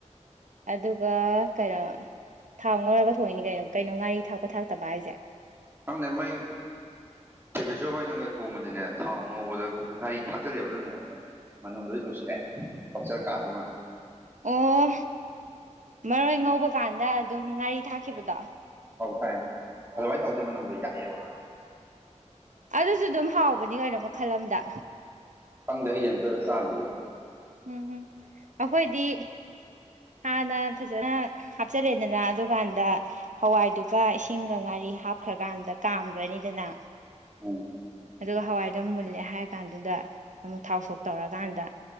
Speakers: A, on the right (about 75°); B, on the right (about 20°).
A: ꯑꯗꯨꯒ ꯀꯩꯅꯣ ꯊꯥꯎ ꯉꯧꯔꯒ ꯊꯣꯛꯏꯅꯤ ꯀꯩꯅꯣ ꯀꯩꯅꯣ ꯉꯥꯔꯤ ꯊꯥꯛꯄ ꯊꯥꯛꯇꯕ ꯍꯥꯏꯁꯦ
B: ꯈꯪꯗꯦ ꯃꯩ ꯗꯦꯚꯦꯁꯣꯔ ꯍꯣꯏꯅꯒ ꯊꯣꯡꯕꯗꯤꯅꯦ ꯊꯥꯎ ꯉꯧꯕꯗ ꯉꯥꯔꯤ ꯊꯥꯛꯆꯜꯂꯦꯕ ꯑꯗꯨꯅꯅꯦ ꯃꯅꯨꯡ ꯂꯣꯏ ꯅꯨꯡꯁꯤꯔꯦ ꯍꯣꯁꯇꯦꯜ ꯀꯥꯗꯨꯃꯥ
A: ꯑꯣ ꯃꯔꯣꯏ ꯉꯧꯕꯀꯥꯟꯗ ꯑꯗꯨꯝ ꯉꯥꯔꯤ ꯊꯥꯛꯈꯤꯕꯗꯣ
B: ꯑꯥꯎ ꯇꯥꯏ ꯑꯗꯨꯃꯥꯏ ꯇꯧꯔꯗꯤ ꯃꯅꯝꯗꯣ ꯌꯥꯥꯛꯑꯦꯕ
A: ꯑꯗꯨꯁꯨ ꯑꯗꯨꯝ ꯍꯥꯎꯕꯅꯤ ꯀꯩꯅꯣ ꯃꯈꯜ ꯑꯃꯗ
B: ꯈꯪꯗꯦ ꯑꯩꯗꯤ ꯑꯝꯇ ꯆꯥꯗꯤꯌꯦ
A: ꯎꯝ ꯎꯝ ꯑꯩꯈꯣꯏꯗꯤ ꯍꯥꯟꯅ ꯐꯖꯅ ꯍꯥꯞꯆꯜꯔꯦꯗꯅ ꯑꯗꯨꯀꯥꯟꯗ ꯍꯋꯥꯏꯗꯨꯒ ꯏꯁꯤꯡꯒ ꯉꯥꯔꯤ ꯍꯥꯞꯈ꯭ꯔꯥ ꯀꯥꯟꯗ ꯀꯥꯝꯈ꯭ꯔꯥꯅꯤꯗꯅ
B: ꯎꯝ꯫
A: ꯑꯗꯨꯒ ꯍꯋꯥꯏꯗꯣ ꯃꯨꯜꯂꯦ ꯍꯥꯏꯔ ꯀꯥꯟꯗꯨꯗ ꯑꯃꯨꯛ ꯊꯥꯎ ꯁꯣꯛ ꯇꯧꯔꯀꯥꯟꯗ